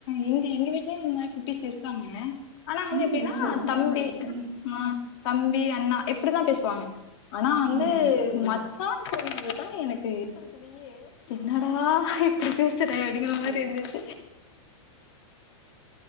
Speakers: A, on the left; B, on the right.
A: எங்க எங்க வீட்லயு இது மாரி குட்டிஸ் இரு க்காங்க ஆனா வந்து
B: ம்.
A: எப்டினா
B: இல்ல இல்ல.
A: தம்பி
B: ம்.
A: அ தம்பி அண்ணா இப்டிதா பேசுவாங்க ஆனா வந்து
B: ம்
A: ம ச்சான் சொன்னதுதா எனக்கு இருக்கறதுலயே என்னடா இப்டி பேசுற அப்டிங்கிற மாரி இருந்துச்சு